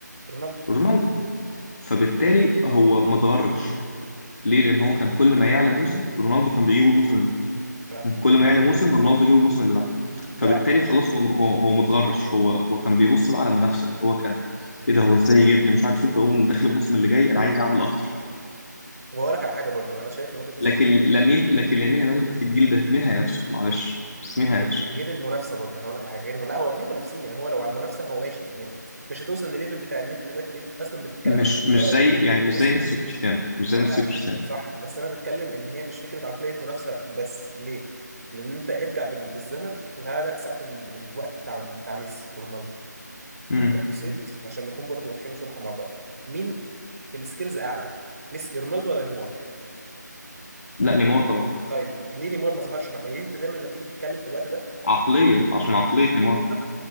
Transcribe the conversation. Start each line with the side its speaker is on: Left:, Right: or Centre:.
Right: رونالدو
Left: رونالدو فبالتالي هو ما اتغرش ليه؟ لأن هو كان كل ما يعلى موسم رونالدو كان بيجيبه الموسم اللي بعده
Right: ف...
Left: كان كل ما يعلى موسم رونالدو جيبه الموسم اللي بعده
Right: لا
Left: فبالتالي خلاص هو هو, هو متغرش هو هو كان بيبص بقى على منافسة اللي هو كان إيه ده هو إزاي يجيبني ومش عارف إيه فيقوم داخل الموسم اللي جاي أنا عايز أعمل أكتر
Right: وهقول لك على حاجه برضو انا شايف من وجهه نظري
Left: لكن لامين لكن لامين يامال في الجيل ده مين هينافسه؟ معلش بس مين
Right: غير
Left: هينافسه؟
Right: غير المنافسه برضه انا هقول لك على حاجه غير لا هو في منافسين يعني هو لو على المنافسه هو ماشي يعني مش هتوصل لليفل بتاع ان انت دلوقتي بقيت اصلا بتتكلم
Left: مش
Right: عن
Left: مش
Right: مستوى
Left: زي
Right: لامين
Left: يعني مش
Right: وميسي
Left: زي ميسي وكريستيانو مش زي
Right: انا
Left: ميسي
Right: فاهمك
Left: وكريستيانو
Right: صح بس انا بتكلم ان هي مش فكره عقليه منافسه بس ليه؟ لان انت ارجع بال- بالزمن وتعالى لا ساعه ال... الوقت بتاع بتاع ميسي ورونالدو
Left: امم
Right: انت بصيت عشان نكون برضه واضحين صراحه مع بعض مين في السكيلز اعلى؟ ميسي رونالدو ولا نيمار؟
Left: لا نيمار طبعا
Right: طيب ليه نيمار ما ظهرش مع ليه انت دايما لما تيجي تتكلم في الوقت ده
Left: عقلية عشان عقلية نيمار
Right: بالظبط.